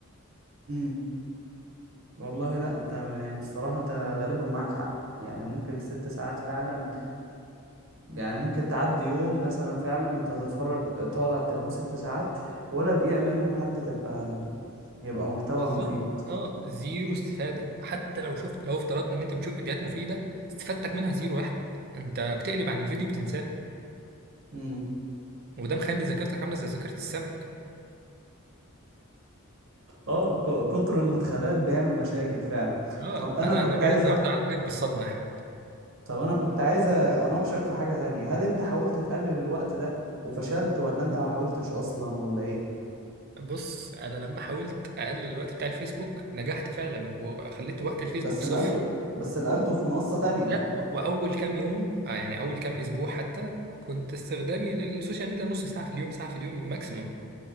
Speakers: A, on the right (about 60°); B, on the right (about 45°).
A: امم والله لا انت يعني الصراحة انت غالبا معاك حق يعني ممكن الست ساعات فعلا يعني ممكن تعدي يوم مثلا فعلا انت تتفرج تقعد على التليفون ست ساعات ولا دقيقة منهم حتى تبقى يبقى محتوى
B: بالظبط
A: مفيد
B: اه زيرو استفادة حتى لو شفت لو افترضنا ان انت بتشوف فيديوهات مفيدة استفادتك منها زيرو يا احمد انت بتقلب عن الفيديو بتنساه
A: امم
B: وده مخلي ذاكرتك عاملة زي ذاكرة السمك
A: اه ك- كتر المدخلات بيعمل مشاكل فعلا
B: اه
A: طب انا
B: انا
A: كنت
B: انا جاي
A: عايز
B: النهارده اعالجك بالصدمه يا احمد
A: طب انا كنت عايز اناقشك في حاجة تانية هل انت حاولت تقلل الوقت ده وفشلت ولا انت ما حاولتش اصلا ولا ايه
B: بص انا لما حاولت اقلل الوقت بتاع الفيسبوك نجحت فعلا وخليت وقت الفيسبوك
A: بس
B: صفر
A: نقلته بس نقلته في منصة تانية
B: لا و- واول كام يوم آه، يعني اول كام اسبوع حتى كنت استخدامي للسوشيال ميديا نص ساعه في اليوم ساعه في اليوم ماكسيمم